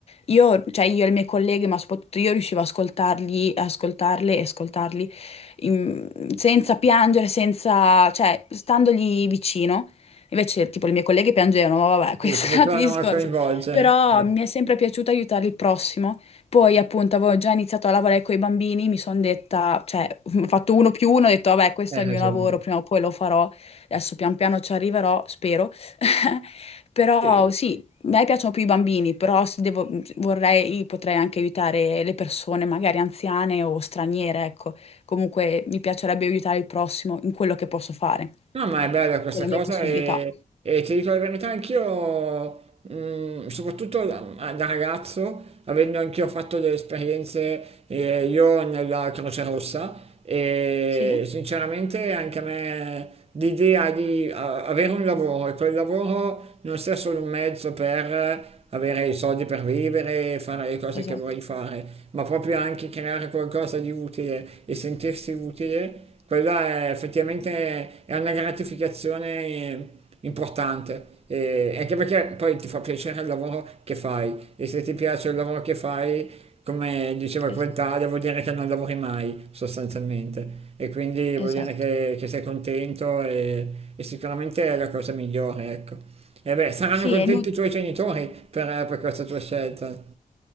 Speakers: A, on the left; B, on the right.
A: io, cioè io e le mie colleghe, ma soprattutto io riuscivo a ascoltarli, ascoltarle e ascoltarli in- senza piangere, senza, cioè, standogli vicino. Invece, tipo, le mie colleghe piangevano, ma vabbè, <laughs> questo
B: sì, si facevano
A: è un altro discorso.
B: a coinvolgere.
A: Però
B: Eh,
A: mi è sempre piaciuto aiutare il prossimo. Poi, appunto, avevo già iniziato a lavorare con i bambini, mi sono detta, cioè, <laughs> ho fatto uno più uno, ho detto, vabbè, questo
B: hai
A: è il
B: ragione.
A: mio lavoro, prima o poi lo farò. Adesso pian piano ci arriverò, spero. <laughs> Però
B: Sì.
A: sì, a me piacciono più i bambini, però se devo- vorrei, potrei anche aiutare le persone, magari anziane o straniere, ecco. Comunque mi piacerebbe aiutare il prossimo in quello che posso fare,
B: No, ma è bella questa
A: con le
B: cosa
A: mie possibilità.
B: e, e ti dico la verità, anch'io mm, soprattutto da, da ragazzo, avendo anch'io fatto delle esperienze eh, io nella Croce Rossa e
A: Sì,
B: sinceramente anche a me l'idea di eh, avere un lavoro e quel lavoro non sia solo un mezzo per avere i soldi per vivere, fare le cose
A: esatto,
B: che vuoi fare, ma proprio anche creare qualcosa di utile e sentirsi utile, quella è effettivamente è una gratificazione importante e anche perché poi ti fa piacere il lavoro che fai e se ti piace il lavoro che fai, come diceva
A: esatto,
B: quel tale, vuol dire che non lavori mai sostanzialmente e quindi
A: esatto.
B: vuol dire che, che sei contento e, e sicuramente è la cosa migliore, ecco. E beh, saranno
A: Sì,
B: contenti
A: è inutile.
B: i tuoi genitori per, per questa tua scelta.